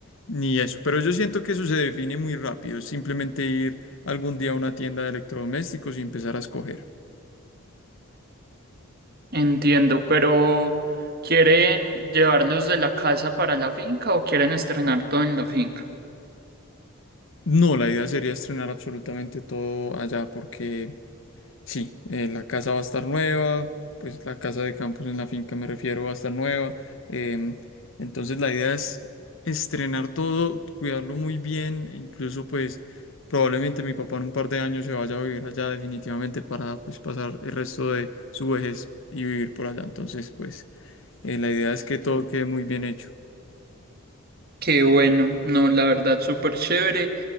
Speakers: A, on the left; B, on the right.
A: ni eso, pero yo siento que eso se define muy rápido, es simplemente ir algún día a una tienda de electrodomésticos y empezar a escoger.
B: Entiendo, pero ¿quieren llevarlos de la casa para la finca o quieren estrenar todo en la finca?
A: No, la idea sería estrenar absolutamente todo allá porque sí, eh, la casa va a estar nueva, pues la casa de campus en la finca me refiero va a estar nueva. em, entonces la idea es estrenar todo, cuidarlo muy bien, e incluso pues probablemente mi papá en un par de años se vaya a vivir allá definitivamente para pues pasar el resto de su vejez y vivir por allá. Entonces pues eh, la idea es que todo quede muy bien hecho.
B: Qué bueno, no, la verdad, súper chévere.